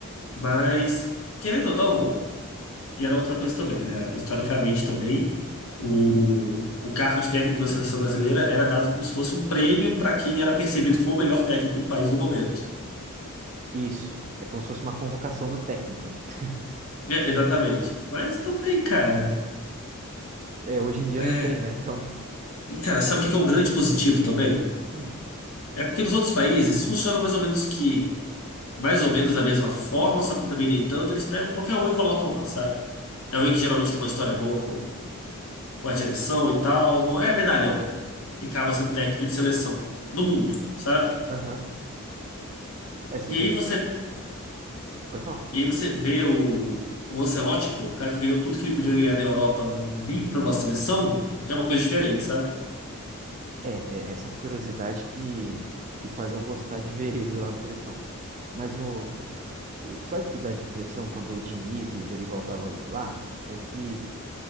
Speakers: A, on the left; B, on the right.
A: Mas, querendo ou não, E era outra coisa também, né? Historicamente também, o, o cargo de técnico da seleção brasileira era dado como se fosse um prêmio para quem era percebido como o melhor técnico do país no momento.
B: Isso. É como se fosse uma convocação do técnico, né? <laughs>
A: É, exatamente. Mas também, cara.
B: É, hoje em dia
A: é,
B: não tem, né? Então.
A: E, cara, sabe o que é que é um grande positivo também?
B: Hum.
A: É porque nos outros países funciona mais ou menos que, mais ou menos da mesma forma, só que também nem tanto, eles pegam qualquer um e colocam lá, sabe? É alguém que geralmente tem uma história boa com, com a direção e tal, não é medalhão que acaba sendo técnico de seleção. No mundo, sabe?
B: Aham. É, se
A: E
B: vê.
A: aí você,
B: Pode falar.
A: e aí você vê o, o Ancelotti, pô, o cara que ganhou tudo que ele podia ganhar na Europa, vir para uma seleção, é uma coisa diferente, sabe?
B: É, é essa curiosidade que, que faz eu gostar de ver <laughs> ele lá na seleção. Mas o, o- Sabe o que dá de impressão quando o Diniz e o Dorival tava lá? É que